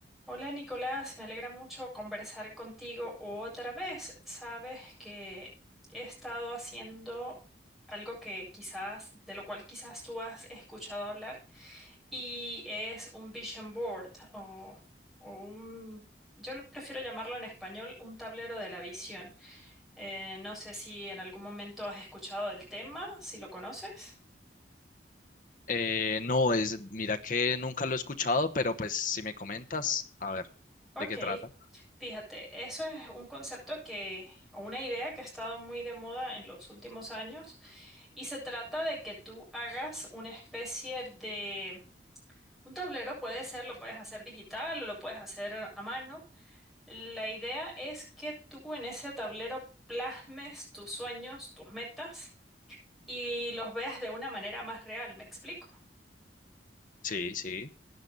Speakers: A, in the centre; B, on the left.
A: Hola Nicolás, me alegra mucho conversar contigo otra vez. Sabes que he estado haciendo algo que quizás, de lo cual quizás tú has escuchado hablar, y es un vision board o, o un, yo lo prefiero llamarlo en español, un tablero de la visión. Eh, no sé si en algún momento has escuchado del tema, si lo conoces.
B: Eh, no, es, mira que nunca lo he escuchado, pero pues si me comentas, a ver,
A: Ok,
B: ¿de qué trata?
A: fíjate, eso es un concepto que, o una idea que ha estado muy de moda en los últimos años y se trata de que tú hagas una especie de, un tablero puede ser, lo puedes hacer digital o lo puedes hacer a mano. La idea es que tú en ese tablero plasmes tus sueños, tus metas y los veas de una manera más real, ¿me explico?
B: Sí, sí.